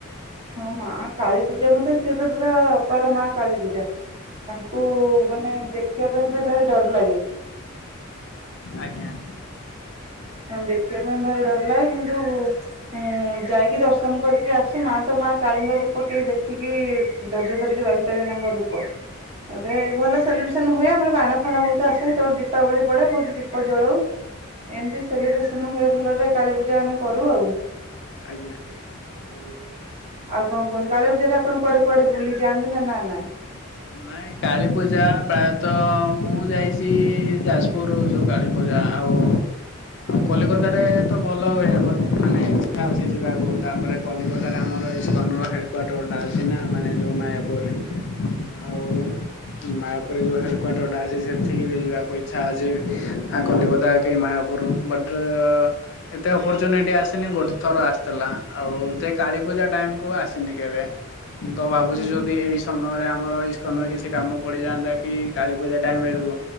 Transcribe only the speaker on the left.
ଆଜ୍ଞା।
ଆଜ୍ଞା ଆଉ
ନାଇଁ କାଳୀପୂଜା ପ୍ରାୟତଃ ମୁଁ ଯାଇଛି ଯାଜପୁର ଯୋଉ କାଳୀ ପୂଜା ଆଉ କଲିକତା ରେ ତ ଭଲ ହୁଏ ବ ମାନେ ଇଛା ହଉଛି ଯିବାକୁ ତାପରେ କଲିକତାରେ ଆମର ଇସ୍କନର ହେଡ଼ କ୍ୱାର୍ଟର ଟା ଅଛି ନା ମାନେ ଯୋଉ ମାୟାପୁରରେ।
ଆଉ ମାୟାପୁରରେ ଯୋଉ ହେଡ କ୍ୱାର୍ଟର ଟା ଅଛି ସେଠିକି ବି ଯିବାକୁ ଇଚ୍ଛା ଅଛି ଆଉ କଲିକତା କି ମାୟାପୁର ବଟ ଏତେ ଅପରଚୁନିଟି ଆସିନି ଗୋଟେ ଥର ଆସିଥିଲା ଆଉ ଯେ କାଳୀପୂଜା ଟାଇମକୁୁ ଆସିନି କେବେ। ମୁଁ ତ ଭାବୁଛି
ଯଦି
ଏଇ ସମୟରେ ଆମର ଇସ୍ ସ୍କନରେ କିଛି କାମ ପଡିଯାଆନ୍ତା କି କାଳୀପୂଜା ଟାଇମ୍ ବେଳକୁ